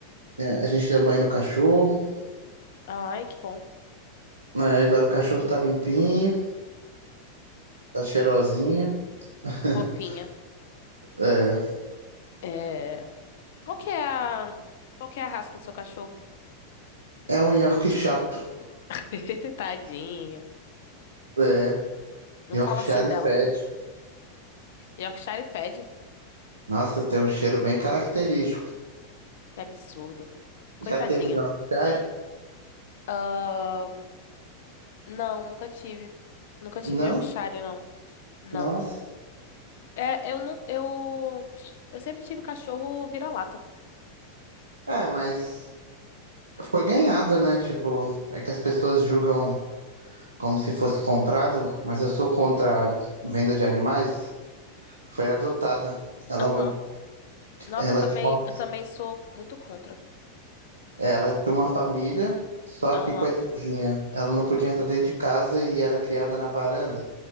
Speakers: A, on the right; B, on the left.
A: É, a gente deu banho no cachorro.
B: Ai, que bom.
A: né, agora o cachorro tá limpinho, tá cheirosinho. <laughs>
B: Fofinha.
A: É,
B: É... Qual que é a... Qual que é a raça do seu cachorro?
A: é um York chato.
B: <laughs> Tadinha.
A: É,
B: Não
A: Yorkshire
B: fala assim dela.
A: fede.
B: Yorkshire fed.
A: Nossa, tem um cheiro bem característico.
B: Que absurdo. Coitadinha.
A: Já teve um Yorkshire?
B: Ahn, Não, nunca tive. Nunca tive
A: Não?
B: Yorkshire, não. Não.
A: Nossa.
B: É, eu não... Eu... Eu sempre tive cachorro vira-lata.
A: É, mas foi ganhado, né? Tipo, é que as pessoas julgam como se fosse comprado, mas eu sou contra a venda de animais. Foi adotada. Ela,
B: Aham. Nossa,
A: ela
B: eu também,
A: tinha uma,
B: eu também sou muito contra.
A: ela tinha uma família, só
B: Aham,
A: que coitadinha, ela não podia entrar dentro de casa e era criada na varanda.